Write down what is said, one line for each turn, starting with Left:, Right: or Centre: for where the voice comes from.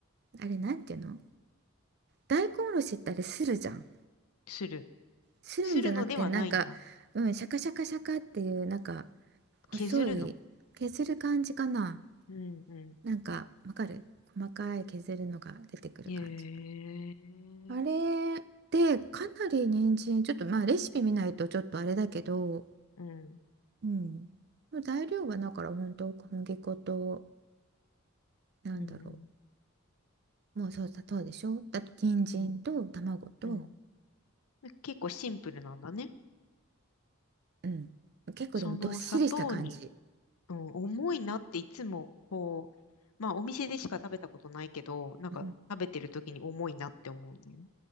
Right: あれなんていうの大根おろしってあれするじゃん。
Left: する。
Right: するんじゃなくて、
Left: するのではないんだ。
Right: なんか、うん、シャカシャカシャカっていう、なんか細い、
Left: 削るの
Right: 削る感じかな。
Left: うん、う
Right: なんか、わかる細かい削るのが出てくる感じ
Left: ん。へえ。
Right: あれで、かなり人参、ちょっとまあレシピ見ないとちょっとあれだけど、
Left: うん、
Right: うん。もう材料はだから本当小麦粉と、なんだろう。
Left: うん、うん、
Right: もうそう、砂糖でしょだって人参と卵と、
Left: うん、うん。結構シンプルなんだね。
Right: うん。結構でもどっしりした感じ。
Left: その砂糖に、うん、重いなっていつもこう、まあお店でしか食べたことないけど、なんか食べてる時に重いなって思うんだよね。
Right: うん。